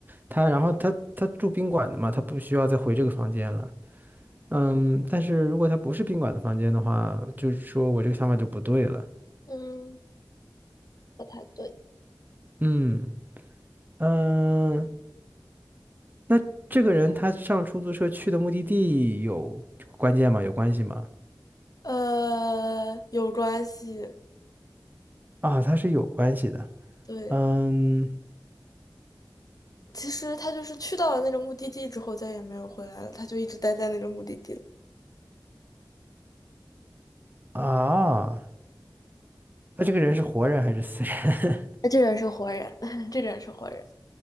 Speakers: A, on the right; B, on the left.
A: 他然后他他住宾馆的嘛，他不需要再回这个房间了。嗯，但是如果他不是宾馆的房间的话，就是说我这个想法就不对了。
B: 嗯，不太对。
A: 嗯嗯，那这个人他上出租车去的目的地有关键吗？有关系吗？
B: 呃有关系？
A: 啊，他是有关系的。
B: 对，
A: 嗯
B: 其实他就是去到了那个目的地之后，再也没有回来了，他就一直待在那个目的地了。
A: 啊，那这个人是活人还是死人？
B: 那这人是活人，<laughs> 这个人是活人，